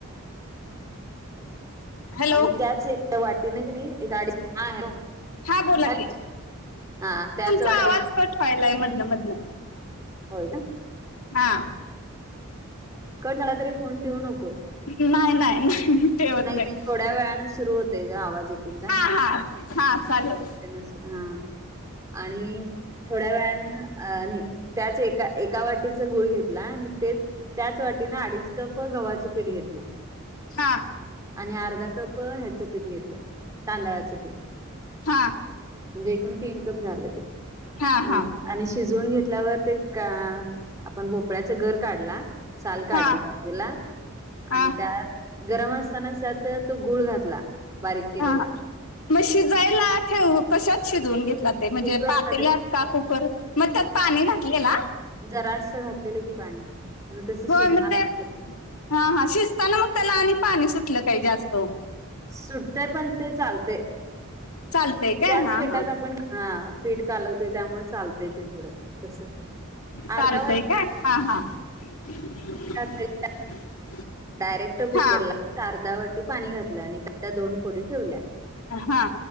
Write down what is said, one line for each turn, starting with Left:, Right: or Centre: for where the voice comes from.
Left: हॅलो
Right: आणि त्याच एका वाटीन कनाय एक आढीच हा हॅलो.
Left: हा बोला
Right: हॅलो
Left: की
Right: हा त्याच
Left: तुमचा
Right: वाटीने
Left: आवाज कट व्हायलाय मधन मधन.
Right: होय का.
Left: हा
Right: कट झाला तरी फोन ठेवू नको.
Left: नाय नाय नाही. ठेवत
Right: नाय
Left: नाही
Right: नाय थोड्या वेळानं सुरू होतय ग आवाज एक एकदा.
Left: हा हा हा चालेल.
Right: कण अस हा आणि. थोड्या वेळने अ नी त्याच एका एका वाटीच गुळ घेतला आणि तेच त्याच वाटीनें अडीच कप गव्हाचं पीठ घेतलं.
Left: हा.
Right: आणि अर्धा कप ह्याचं पीठ घेतलं तांदळाच पीठ.
Left: हा.
Right: म्हणजे जे एकूण तीन कप झालं ते.
Left: हा
Right: हम्.
Left: हा
Right: आणि शिजवून घेतल्यावर ते का आपण भोपळ्याच गर काढला. साल काढली
Left: हा
Right: बाजूला आणि
Left: हा
Right: त्यात गरम असतानाच त्यात तो गुळ घातला बारीक केलेला.
Left: हा हा मग शिजायला ठेव कशात शिजवून घेतलात. ते म्हणजे
Right: कुकरमध्ये
Left: पातेल्यात का कुकर मग त्यात पाणी घातलेला.
Right: जरास घातलेलं की पाणी, मग तसं
Left: होय
Right: शिजणार
Left: म ते. हा हा शिजताना मग त्याला आणि पाणी सुटलं काय जास्त.
Right: सुटतय पण ते चालते
Left: चालतंय काय
Right: त्याच
Left: हा
Right: पीटात
Left: हा
Right: आपण हा पीठ कालवतोय त्यामुळे चालतय ते थोडं तस.
Left: चालतंय
Right: अर्धा वाटी
Left: काय
Right: पाणी
Left: हा, हा. <unintelligible>
Right: घातलेलं डायरेक्ट कुकरला
Left: हा
Right: अर्धा वाटी पाणी घातलं आणि त्या त्या दोन फोडी ठेवल्या.
Left: हा